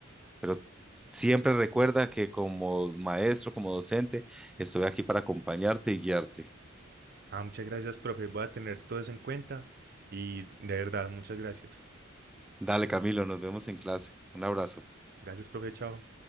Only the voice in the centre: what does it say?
pero siempre recuerda que como maestro, como docente, estoy aquí para acompañarte y guiarte.
Dale, Camilo, nos vemos en clase. Un abrazo.